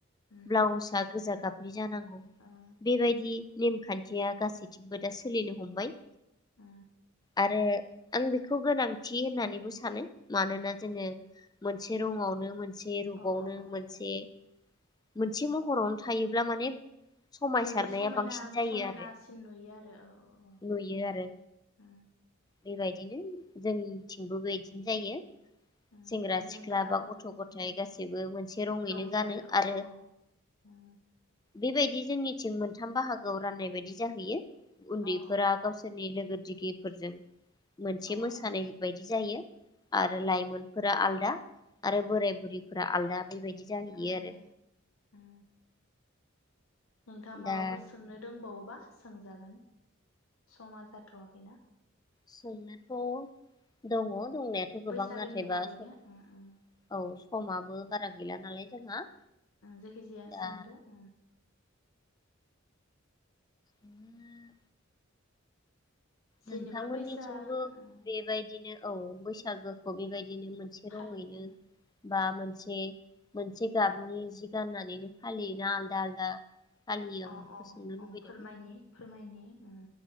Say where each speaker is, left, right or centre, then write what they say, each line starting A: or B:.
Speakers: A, on the left; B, on the left.
A: उम
B: ब्लाउसआ गोजा गाब बि जानांगौ
A: ओं
B: बेबायदि नेमखान्थिया गासैथिंबो दा सोलिनो हमबाय।
A: ओ
B: आरो आं बेखौ गोनांथि होननानैबो सानो मानोना जोङो मोनसे रङावनो मोनसे रपावनो
A: अ अ
B: मोनसे
A: अ
B: मोनसे महरावनो थायोब्ला माने समायसारनाया
A: जोंबो समायना
B: बांसिन जायो
A: समायनासिन
B: आरो
A: नुयो आरो औ औ
B: नुयो
A: औ
B: आरो बेबायदिनो जोंथिंबो बेदि जायो
A: उम
B: सेंग्रा
A: आरो
B: सिख्ला
A: नोंथाङा
B: बा गथ'
A: उम
B: गथाय
A: उम
B: गासैबो मोनसे रङैनो
A: रंजायो
B: गानो
A: अ
B: आरो
A: अ उम
B: बेबायदि जोंनिथिं मोनथाम बाहागोआव राननाय बायदि जाहैयो। उन्दैफोरा
A: अ अ
B: गावसोरनि लोगो दिकफोरजों मोनसे
A: अ
B: मोसानाय
A: अ
B: बायदि जायो। आरो लाइमोनफोरा
A: अ
B: आलदा आरो बोराय बुरैफोरा आलदा। बेबायदि जाहैयो
A: उम
B: आरो।
A: उम उम नोंथाङा माबाफोर
B: दा
A: सोंनो दोंबावो बा सोंजागोन समा जाथ'वाखैना।
B: सोंनायाथ' दङ दंनायाथ' गोबां
A: बैसागोनि
B: नाथायबा
A: बागैनो
B: औ
A: उम उम
B: समाबो बा रा गैला नालाय जोंहा।
A: जायखिजाया
B: दा
A: सोंदो उम।
B: उम।
A: जेनेबा
B: नोंथांमोननिथिंबो
A: बैसा उम
B: बेबायदिनो औ बैसागोखौ बेबाय दिनो मोनसे
A: फालियो
B: रङैनो बा मोनसे मोनसे गाबनि जि गाननानैनो फालियोना आलदा आलदा फालियो आं
A: अ
B: बेखौ
A: अ
B: सोंनो लुबैदों
A: अ फोरमायनि फोरमायनि उम।